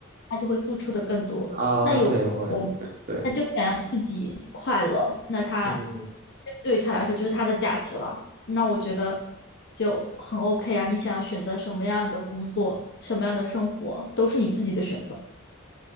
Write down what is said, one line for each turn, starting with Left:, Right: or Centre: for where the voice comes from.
Left: 他就会付出的更多。
Right: 嗯啊、
Left: 那有的人
Right: 呃对，会对对，
Left: 他就想要自己快乐，那他
Right: 嗯。
Left: 这个对于他来说就是他的价值了。那我觉得就很 OK 啊。你想要选择什么样的工作，什么样的生活，都是你自己的选择。